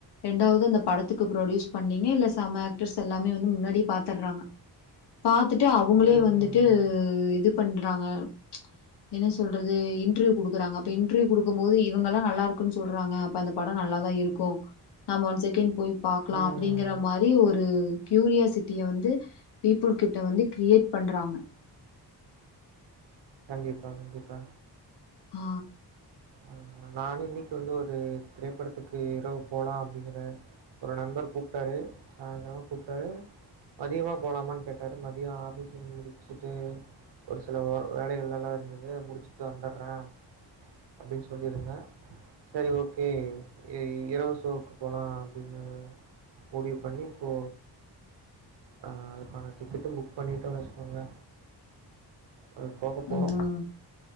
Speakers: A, on the left (about 75°); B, on the right (about 85°).
A: ரெண்டாவது அந்த படத்துக்கு ப்ரொடியூஸ் பண்ணீங்க இல்ல சம ஆக்டர்ஸ் எல்லாமே வந்து முன்னாடி பாத்துட்றாங்க பாத்துட்டு அவுங்களே
B: ம்
A: வந்துட்டு
B: ம்
A: இது பண்றாங்க என்ன சொல்றது இன்ட்ரிவியூ குடுக்குறாங்க அப்ப இன்ட்ரிவியூ குடுக்கும் போது என் இவுங்கல்லா நல்லா இருக்குன் சொல்றாங்க அப்ப அந்த பட நல்லாதா இருக்கு நம் ஒன் செகண்ட் போய் பாக்குலா
B: ம்
A: அப்டிங்குற மாரி ஒரு க்யூரியாசிட்டிய வந்து பீப்புள் கிட்ட வந்து கிரியேட் பண்றாங்க
B: கண்டிப்பா கண்டிப்பா
A: ஆ
B: ஆ நானு இன்னைக்கு வந்து ஒரு திரைப்படத்துக்கு இரவு போலா அப்டிங்குற ஒரு நண்பர் கூப்டாரு சாய்ந்துரோ கூப்டாரு மதியமா போலாமான் கேட்டாரு மதிய ஆஃபீஸ முடிச்சுட்டு ஒரு சில ஒர் வேலைகள்லல்லா இருந்தது அது முடிச்சுட்டு வந்துறே அப்டின்னு சொல்லிருந்தே சரி ஓகே இ இரவு சோக்கு போலா அப்டின்னு முடிவு பண்ணி இப்போ ஆ அதுக்கான டிக்கெட்டு புக் பண்ணிட்டோ வெச்கோங்களே அது போக போலா
A: ம்